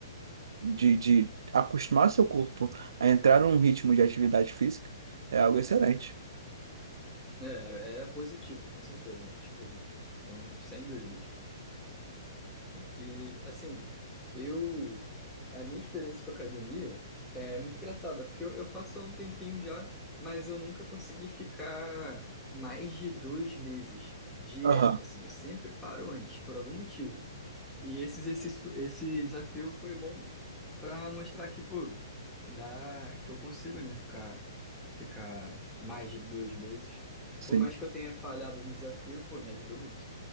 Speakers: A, on the right; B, in the centre.
A: de, de acostumar seu corpo a entrar num ritmo de atividade física é algo excelente.
B: É, é positivo, com certeza. Tipo, não, sem dúvidas. E, assim, eu... A minha experiência com academia é muito engraçada, porque eu, eu faço há um tempinho já, mas eu nunca consegui ficar mais de dois meses direto,
A: Aham.
B: assim. Eu sempre paro antes, por algum motivo. E esse exercício, esse desafio foi bom para mostrar que, pô, dá, que eu consigo, né, ficar, ficar mais de dois meses.
A: Sim.
B: Por mais que eu tenha falhado no desafio, pô, me ajudou muito.